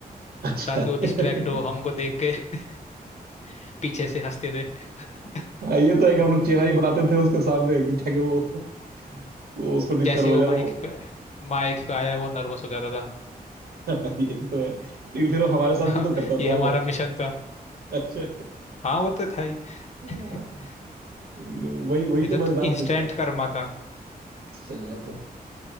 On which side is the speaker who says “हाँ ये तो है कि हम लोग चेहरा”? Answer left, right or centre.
Right